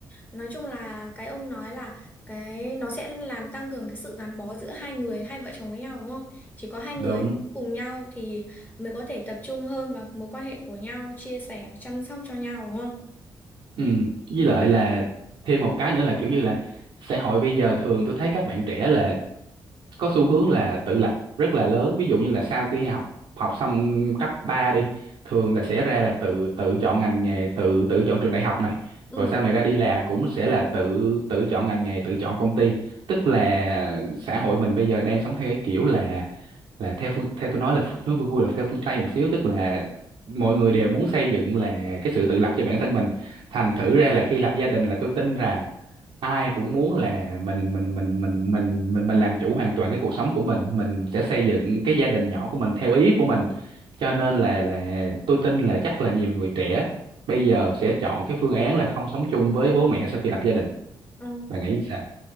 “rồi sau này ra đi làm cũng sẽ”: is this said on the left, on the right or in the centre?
Right